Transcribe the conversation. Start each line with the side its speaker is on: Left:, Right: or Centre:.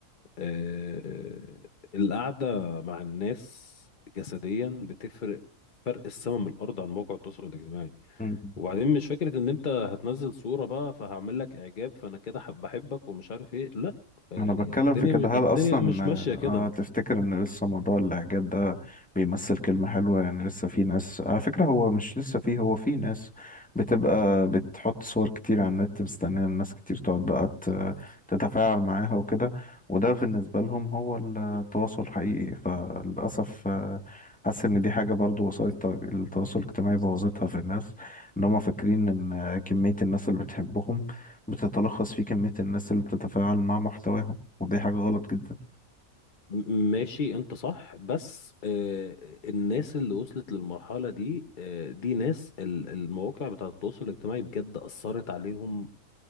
Left: آه... القعدة مع الناس جسديا بتفرق فرق السما من الارض عن موقع التواصل الاجتماعي
Centre: مم.
Left: وبعدين مش فكرة ان انت هتنزل صورة بقى فهعمل لك اعجاب فانا كده حب بحبك ومش عارف ايه لا يعني
Centre: انا بتكلم
Left: الدنيا
Centre: في كده هل
Left: الدنيا
Centre: اصلا
Left: مش ماشية كده
Centre: اه آه، تفتكر ان لسه موضوع الاعجاب ده بيمثل كلمة حلوة يعني لسه في ناس على فكرة هو مش لسه فيه هو في ناس بتبقى بتحط صور كتير على النت مستنية الناس كتير تقعد بقى ت- تتفاعل معاها وكده وده بالنسبة لهم هو التواصل الحقيقي فللأسف آه، حاسس ان دي حاجة برضو وسائل التو- التواصل الاجتماعي بوظتها في الناس ان هم فاكرين ان آه، كمية الناس اللي بتحبهم بتتلخص في كمية الناس اللي بتتفاعل مع محتواهم ودي حاجة غلط جدا
Left: م- ماشي انت صح بس آه، الناس اللي وصلت للمرحلة دي آه، دي ناس ال- المواقع بتاعة التواصل الاجتماعي بجد أثرت عليهم